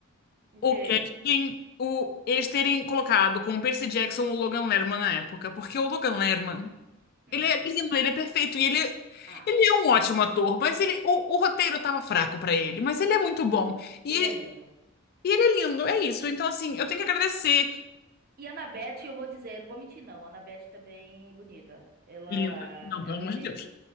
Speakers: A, on the right (about 50°); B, on the left (about 50°).
A: o
B: O
A: quê?
B: casting, o, eles terem colocado como Percy Jackson o Logan Lerman na época, porque o Logan Lerman.
A: Hum,
B: Ele é lindo, ele é perfeito. E ele, é-
A: ah,
B: ele é um ótimo ator, mas ele, o, o roteiro tava fraco pra ele, mas ele é muito bom. E,
A: ele é lindo.
B: e ele é lindo, é isso. Então, assim, eu tenho que agradecer.
A: E a Anabete, eu vou dizer, não vou mentir não, a Anabete também é bonita. Ela,
B: Linda. Não,
A: ela
B: pelo amor
A: fez
B: de Deus.